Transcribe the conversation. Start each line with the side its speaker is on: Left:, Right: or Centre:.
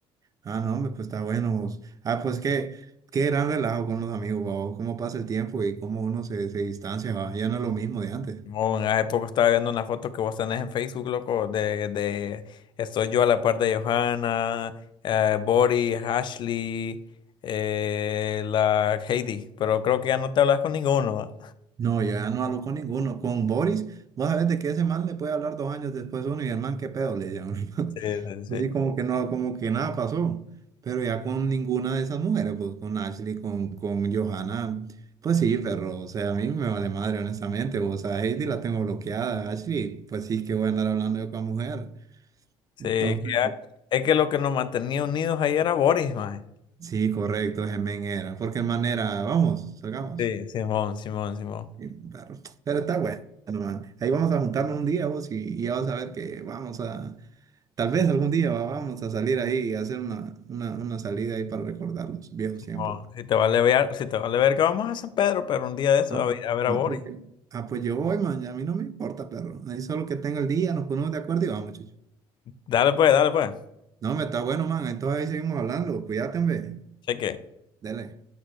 Right: Ah, no, hombre, pues está bueno, vos. Ah, pues qué, qué gran relajo con los amigos, vos, cómo pasa el tiempo y cómo uno se, se distancia, va, Ya no es lo mismo de antes.
Left: Simón, hace poco estaba viendo una foto que vos tenés en Facebook, loco, de, de estoy yo a la par de Johanna, eh, Boris, Ashley, eh, la Heidi, pero creo que ya no te hablas con ninguno, ¿va?
Right: No, yo ya no hablo con ninguno. Con Boris, vos sabés de que ese man le puede hablar dos años después uno y el man, qué pedo, le llama. <laughs>
Left: Sí, sí, sí.
Right: Pues sí, como que no, como que nada pasó. Pero ya con ninguna de esas mujeres, pues con Ashley, con, con Johanna, pues sí, perro. O sea, a mí me vale madre, honestamente. O sea, Heidi la tengo bloqueada. Ashley, pues sí, que voy a andar hablando yo con la mujer.
Left: Sí,
Right: Entonces,
Left: que ya- es que lo que nos mantenía unidos ahí era Boris, más.
Right: sí, correcto, ese men era. Porque el man era, vamos, salgamos.
Left: Sí, Simón, Simón, Simón.
Right: Sí, Pero, pero está bueno, man. Ahí vamos a juntarnos un día vos y, y ya vas a ver que vamos a, tal vez algún día va- vamos a salir ahí y hacer una, una, una salida ahí para recordar los viejos
Left: Simón,
Right: tiempos, man.
Left: Si te vale ver, si te vale ver que vamos a San Pedro, pero un día de eso
Right: No,
Left: a ver a, ver
Right: no,
Left: a Boris.
Right: pues que- ah, pues yo voy, man, a mí no me importa, perro. Ahí solo que tenga el día, nos ponemos de acuerdo y vamos, chucho.
Left: Dale pues, dale pues.
Right: No, me está bueno, man, entonces ahí seguimos hablando, cuídate, hombre,
Left: Cheque.
Right: dele.